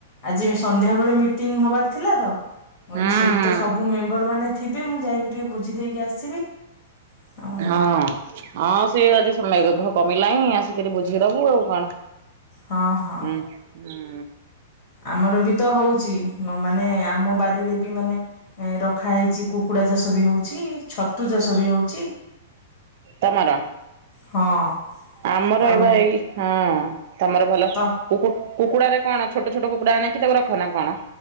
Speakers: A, on the left (about 55°); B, on the right (about 60°).
A: ଆଜି ସନ୍ଧ୍ୟାବେଳେ ମିଟିଂ ହବାର ଥିଲା ତ କହିଲି
B: ହୁଁ
A: ସେଇଠି
B: ହୁଁ।
A: ତ ଲେବର ମାନେ ଥିବେ ମୁଁ ଯାଇକି ଟିକେ ବୁଝି ଦେଇକି ଆସିବି? ଆଉ
B: ହଁ ହଁ ସେ ଆଜି ସମୟ ମେଘ କମି ଲାଣିିଁ ଆସିକରି ବୁଝିଦବୁ ଆଉ କଣ?
A: ହଁ ହଁ
B: ଉ ଉ
A: ଆମର ବି ତ ହଉଛି ମାନେ ଆମ ବାରିରେ ବି ମାନେ ଏ ରଖା ହେଇଛି କୁକୁଡା ଚାଷ ବି ହଉଛି ଛତୁ ଚାଷ ବି ହଉଛି।
B: ତମର
A: ହଁ
B: ଆମର
A: ଆଉ
B: ଏବେ ଏଇ ହଁ ତମର ଭଲ
A: ତ
B: କୁ କୁକୁଡାରେ କଣ ଛୋଟ ଛୋଟ କୁକୁଡା ଆଣିକି ତାକୁ ରଖ ନା କଣ?